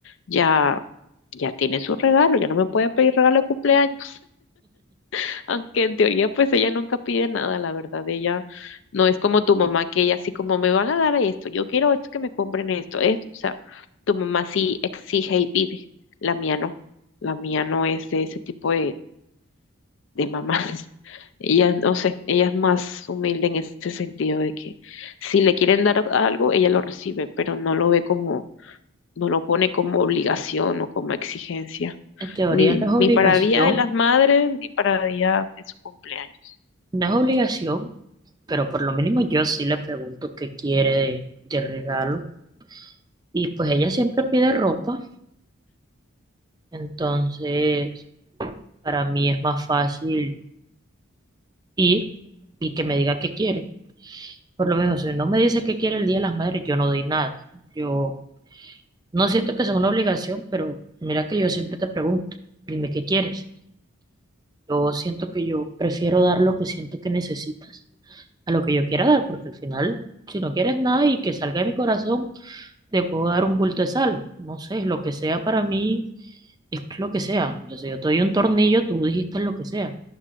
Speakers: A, on the left (about 60°); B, on the right (about 20°).
A: ya, ya tiene su regalo, ya no me puede pedir regalo de cumpleaños, <laughs> aunque en teoría pues ella nunca pide nada, la verdad, ella no es como tu mamá, que ella así como me van a dar esto, yo quiero esto, que me compren esto, esto, o sea, tu mamá sí exige y pide, la mía no, la mía no es de ese tipo de mamás. <laughs> Ella, no sé, ella es más humilde en ese sentido de que si le quieren dar algo, ella lo recibe, pero no lo ve como, no lo pone como obligación o como exigencia.
B: En teoría
A: Ni,
B: no
A: ni
B: es obligación,
A: para Día de las Madres, ni para Día de su cumpleaños.
B: no es obligación, pero por lo mínimo yo sí le pregunto qué quiere de, de regalo. Y pues ella siempre pide ropa, entonces para mí es más fácil ir y que me diga qué quiere. Por lo menos, si no me dice qué quiere el Día de las Madres, yo no doy nada. Yo No siento que sea una obligación, pero mira que yo siempre te pregunto, dime qué quieres. Yo siento que yo prefiero dar lo que siento que necesitas a lo que yo quiera dar, porque al final, si no quieres nada y que salga de mi corazón, te puedo dar un bulto de sal. No sé, lo que sea para mí es lo que sea. O sea, si yo te doy un tornillo, tú dijiste lo que sea.